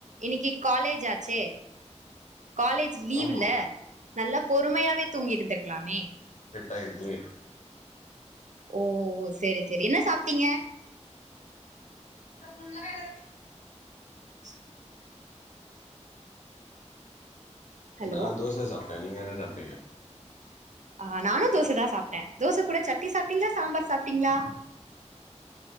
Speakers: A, on the right; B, on the left.
A: இன்னிக்கி காலேஜ் ஆச்சே காலேஜ் லீவ்ல
B: ஆமா
A: இல்ல நல்லா பொறுமையாவே தூங்கிட்டுந்துக்கலாமே
B: ஆய்டுது
A: ஓ சேரி சேரி என்ன சாப்ட்டீங்க
B: <unintelligible>
A: <inaudible> ஹலோ
B: நா தோச சாப் த நீங்க என்ன சாப்ட்டீங்க
A: ஆ நானு தோசதா சாப்ட்டே தோச கூட சட்னி சாப்பிட்டீங்களா சாம்பார் சாப்பிட்டீங்களா